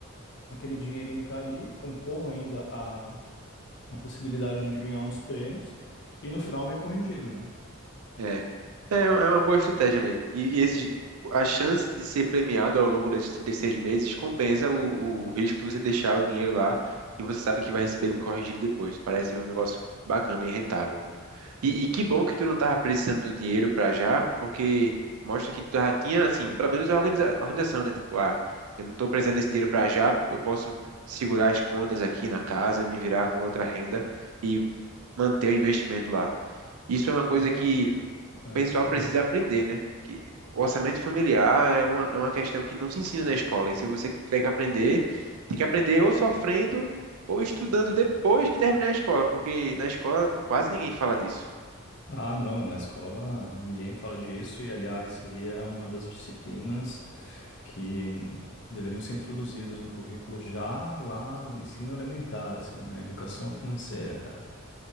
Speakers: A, on the left; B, on the right.
A: aquele dinheirinho tá ali, concorro ainda a, a possibilidade de ganhar uns prêmios, e no final vem corrigido, né?
B: É, é é uma boa estratégia mesmo. E, e esses, a chance de ser premiado ao longo desses 36 meses compensa o, o risco de você deixar o dinheiro lá e você sabe que vai receber ele corrigido depois. Parece um negócio bacana e rentável. E, e que bom que tu não tava precisando do dinheiro pra já, porque mostra que tu já tinha, assim, pelo menos a organiza- organização, né? Tipo, ah, eu não tô precisando desse dinheiro pra já, eu posso segurar as contas aqui na casa, me virar com outra renda e manter o investimento lá. Isso é uma coisa
A: É,
B: que
A: ah,
B: pessoal
A: justamente.
B: precisa aprender, né? Que o orçamento familiar é uma, é uma questão que não se ensina na escola. E se você tiver que aprender, tem que aprender ou sofrendo ou estudando depois que terminar a escola, porque na escola quase ninguém fala disso.
A: Ah, não, na escola ninguém fala disso, e aliás, seria uma das disciplinas. que hum, deveriam ser introduzidas no currículo já lá no ensino elementar, assim, na educação financeira, cara.